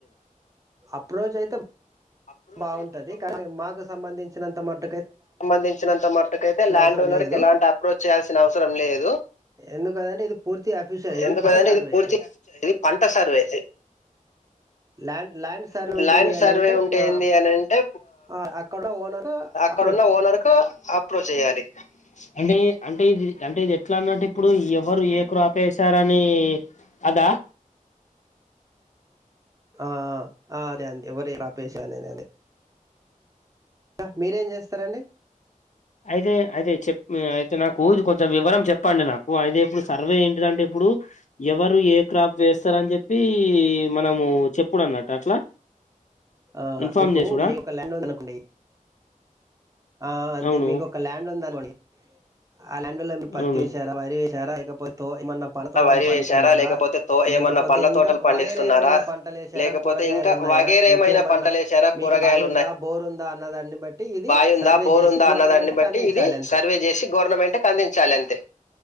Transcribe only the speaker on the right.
అప్రోచ్ అయితే
బాగుంటది
కానీ మాకు సంబంధి. ఇచ్చినత మత్.
అవసరం
లేదు
ఎందుకదంటే ఇది పూర్తి అఫీషియల్ ఇది
పట్ట సర్వే
ల్యాండ్ ల్యాండ్ సార్ ఉంటేది
అని
అంటే
మ
అ అక్కడ ఓనరు. అ
ఆ అదే అ ఎవరు ఏ కాప్ వేషరని అని అదే. ఇంకా మీరేం చేస్తారండి.
ఆ
ఇప్పుడు
మీ ఒక ల్యాండ్ ఉంది అనుకోండి. ఆ అంతే
మీకు ఒక ల్యాండ్ ఉందనుకోండి. ఆ లెండ లో మీరు పత్తి
ఎసారా వరి వెసారా ఇకపోతో ఏమన్నా. పనతోటలు
పండుస్తున్నారా,
లేకపోతే
ఇంకా
వేరేమైనా పంటలు ఎసారా
కూరగాయలు
ఉన్నాయా
ఇంకేమన్నా,
మీకు
బాయి ఉందా, బోరు ఉందా, అన్న దాన్ని బట్టి ఇది.
సర్వే చేసి
గవర్నమెంట్
కి అందించాలి
అంతే